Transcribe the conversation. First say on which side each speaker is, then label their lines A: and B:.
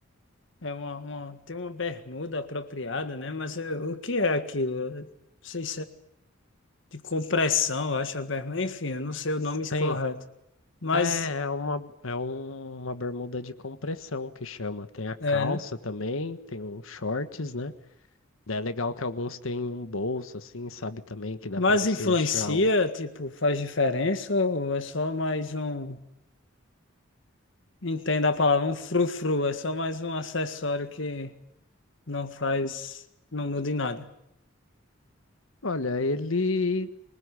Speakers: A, on the left; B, on the left.
A: É uma, uma- tem uma bermuda apropriada, né? Mas é- o que é aquilo? Eu Não sei de compressão, eu acho a berma. Enfim, eu não sei o
B: Sim,
A: nome correto. Mas,
B: é é uma é um- uma bermuda de compressão que chama. Tem a calça
A: é, né?
B: também, tem os shorts, né? Daí é legal que alguns têm um bolso assim, sabe também que dá
A: Mas
B: pra você
A: influencia,
B: deixar. um-
A: tipo, faz diferença ou é só mais um, entenda a palavra, um frufru, é só mais um acessório que não faz, não muda em nada.
B: Olha, ele